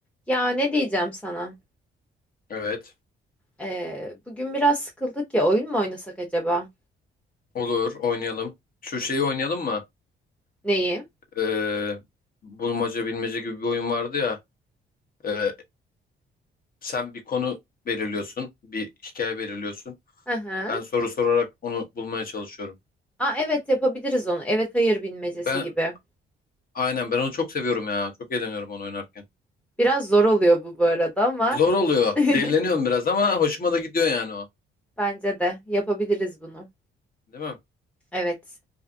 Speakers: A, in the centre; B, on the left (about 45°).
A: Ya ne diyeceğim sana?
B: Evet.
A: Ee, bugün biraz sıkıldık ya oyun mu oynasak acaba?
B: Olur. Oynayalım. Şu şeyi oynayalım mı?
A: Neyi?
B: Ee, bulmaca bilmece gibi bir oyun vardı ya. Ee, sen bir konu belirliyorsun. Bir hikaye belirliyorsun.
A: Hı hı.
B: Ben soru sorarak onu bulmaya çalışıyorum.
A: Aa evet yapabiliriz onu. Evet hayır bilmecesi
B: Ben
A: gibi.
B: aynen ben onu çok seviyorum ya. Çok eğleniyorum onu oynarken.
A: Biraz zor oluyor bu bu arada ama
B: Zor oluyor.
A: <laughs>
B: Delleniyorum biraz ama hoşuma da gidiyor yani o.
A: bence de yapabiliriz bunu.
B: Değil mi?
A: Evet.